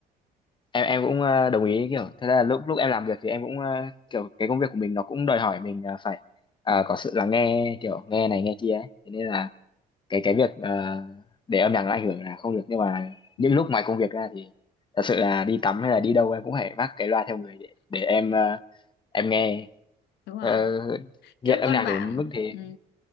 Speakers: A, on the left (about 30°); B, on the left (about 85°).
A: em em cũng ờ, đồng ý kiểu thật ra là lúc lúc em làm việc thì em cũng ờ, kiểu cái công việc của mình nó cũng đòi hỏi mình ờ, phải ờ, có sự lắng nghe kiểu nghe này nghe kia ấy thế nên là cái cái việc ờ, để âm nhạc nó ảnh hưởng là không được nhưng mà
B: ừ,
A: những lúc ngoài công việc ra thì thật sự là đi tắm hay là đi đâu em cũng phải vác cái loa theo người để để em ờ, em nghe
B: đúng rồi
A: ờ, nghiện
B: trước
A: âm
B: con
A: nhạc
B: bạn
A: đến mức thế
B: ừ.